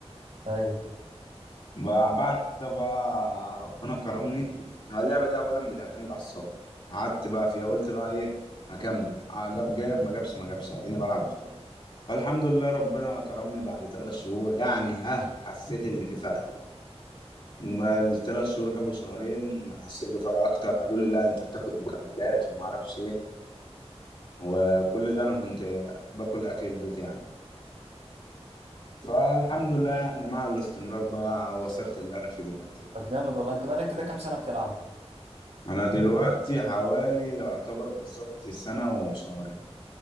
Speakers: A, on the right; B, on the left.
A: ايوه
B: بقى- بعد كده بقى ربنا كرمني هو اللعبة دي اولا بتعتمد على الصبر قعدت بقى فيها قلت بقى ايه هكمل آه، جاب جاب ما جابش ما جابش اديني بلعب وخلاص فالحمد لله ربنا كرمني بعد ثلاث شهور يعني ها حسيت اللي في فرق ما الثلاث شهور جابوا شهرين حسيت بفرق اكتر قالوا لي لا انت بتاخد مكملات وما اعرفش ايه وكل ده انا كنت باكل اكل البيت يعني فالحمد لله يعني مع الاستمرار بقى وصلت اللي انا فيه دلوقتي
A: طب جامد والله انت بقالك كده كام سنه بتلعب
B: انا دلوقتي حوالي يعتبر بالظبط سنة وشهرين